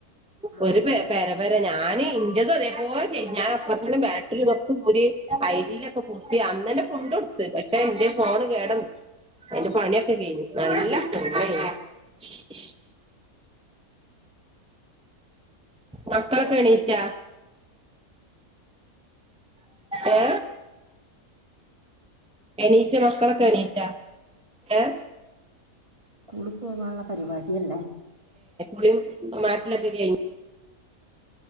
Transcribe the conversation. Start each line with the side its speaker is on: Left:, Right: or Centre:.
Right: ആഹ്
Centre: ഒരു പെര പെര ഞ ഞാന് ഇന്റത് അതേപോലെ ഞാൻ അപ്പ തന്നെ ബാറ്ററി ഇതൊക്കര് അഐരിയിലൊക്കെ പത്തി അന്ന് ഇന്നലെ കൊണ്ടോട്ത്ത് പക്ഷെ എന്റെ ഫോണ് കേടന്നു അയിന്റെ പണിയൊക്കെ കയിഞ്ഞ് നല്ല <unintelligible> മക്കളോക്കെ എണീറ്റൊ ഏ എണീറ്റൊ മക്കളൊക്കെ എണീറ്റ ഏ
Right: സ്ക്കൂളി പോവാള്ള പരിപാടിയല്ലേ
Centre: ള മാറ്റിലൊക്കെ കഴിഞ്ഞ